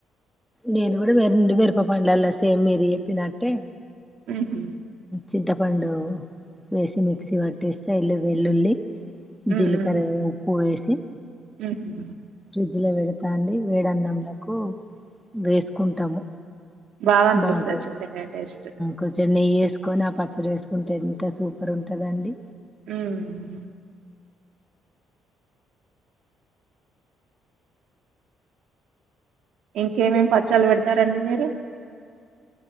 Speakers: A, in the centre; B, on the right.
A: నేను కూడా మరండు మిరప పండ్లలా, సేమ్ మీర చెప్పినట్టే,
B: ఉహు
A: చింత పండు వేసి మిక్సీ పట్టేస్తే ఇల్లు వెల్లుల్లి,
B: ఉమ్
A: జీల్కర
B: ఉమ్
A: ఉప్పు వేసి,
B: ఉహు
A: ఫ్రిజ్ల పెడతాండి వేడి అన్నంలకు వేసుకుంటాము,
B: బాగా అనిపిస్తది
A: బాగుంటాది
B: చింతకాయ టేస్ట్
A: కొంచెం నెయ్యి ఎసు, ఎకుని పచ్చడి వేసుకుంటే ఎంత సూపర్ ఉంటుందండి,
B: ఉమ్ ఇంకే ఏమేమి పచ్చాలు పెడతారండి మీరు,